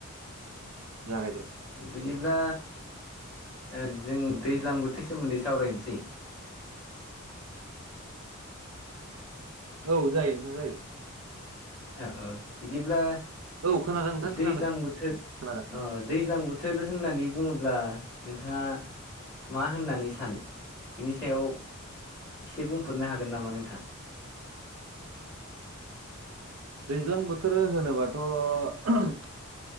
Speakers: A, on the right (about 85°); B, on the left (about 15°).
A: जागायदो।
B: बिदिब्ला। ओं जों दैज्लां बोथोरनि सोमोन्दै सावरायनोसै। <inaudible>
A: औ जायो नोंथां जायो।
B: औ-औ बिदिब्ला।
A: औ खोनादों नोंथां
B: दैज्लां
A: खोनादों
B: बोथोर अ
A: खोनादों।
B: दैज्लां बोथोर होननानै। बुङोब्ला नोंथाङा मा होननानै सानो? बिनि सायाव। एसे बुंफोरनो हागोन नामा नोंथाङा?
A: दैज्लां बोथोर होनोबाथ'।